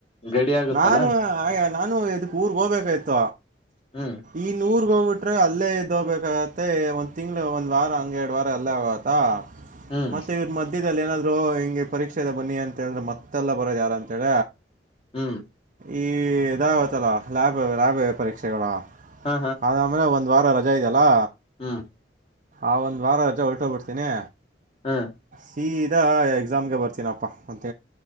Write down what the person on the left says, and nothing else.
ಗಡಿ ಆಗುತ್ತಲ್ಲ
ಹ್ಮ್
ಹ್ಮ್
ಹ್ಮ್
ಹಾ
ಹಾ
ಹಾ